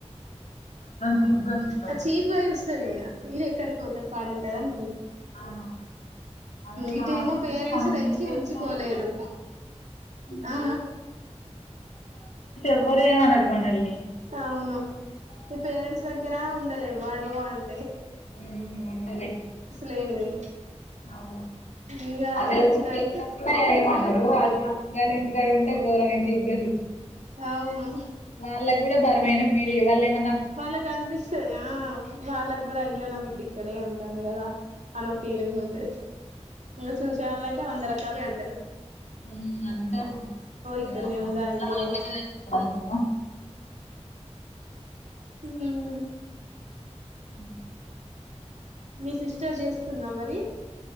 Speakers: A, on the left; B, on the right.
A: చీప్ గా చూస్తారు
B: అ చీప్ గా సూస్తారీంగ ఇది ఎక్కడికి వోతది తాడే ఉంటది అన్
A: ఆ అది
B: ఇటేమో
A: బాగుంటే
B: పేరెంట్స్
A: మనం
B: తెచ్చి
A: ఏం చేసినా
B: ఉంచుకోలేరు
A: ఎవ్వరు ఏం అనరు.
B: ఆ
A: ఎవ్వరేమనరు మనల్ని
B: అవును ఈ పేరెంట్స్ దగ్గర ఉండద్ లే వాడు బోవన్
A: మ్మ్ ఉన్నలే
B: లేనిది
A: అవును
B: ఇగ
A: అదే
B: సచ్చినట్టు
A: అదే <unintelligible> ఏమనరు అదే అమ్మ గారి ఇంటికాడ ఉంటే. ఘోరంగా చీప్ గా
B: అవును
A: వాళ్ళక్ కూడా బరువైన పీడే వాళ్ళేం
B: వాళ్ళకు అనిపిస్సది ఆ వాళ్లక్ గూడా అయ్యో నా బిడ్ డి ఇక్కడే ఉంటాంది కదా అనో ఫీలింగ్ ఉంటది ఇంగా చూసే వాళ్ళు అయితే వంద రకాలుగా అంటరు
A: ఉ అంటారు దూరంగా
B: ఇక్కడనే ఉందా
A: <unintelligible>
B: అయ్యో
A: ఇట్లే చచ్చిపోవాల్సిందా
B: హ్మ
A: ఉ
B: మీ సిస్టర్ చేస్తుందా మరి